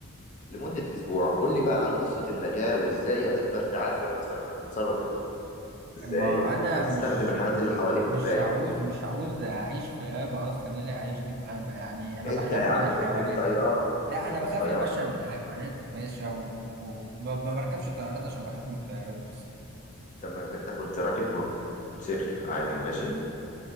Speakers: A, on the left; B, on the right.
A: لمدة أسبوع قول لي بقى عن قصة النجاة وإزاي هتقدر تعافر مثلا هتتصرف إزاي
B: ما أنا
A: هتستخدم
B: مش
A: الحاجات اللي حواليك
B: مش
A: إزاي
B: هعوز مش هعوز أعيش في غابة أصلا إيه اللي هيعيشني في غابة يعني أنا
A: انت
B: بخاف
A: يا عم
B: من الحيوانات
A: كنت في طياره
B: لا
A: كنت
B: أنا بخاف
A: في طياره
B: يا باشا من الحيوانات يا باشا وما بركبش طيارات عشان بخاف من الطيارات أصلا
A: تمام انت كنت راكب موتوسيكل عادي ماشي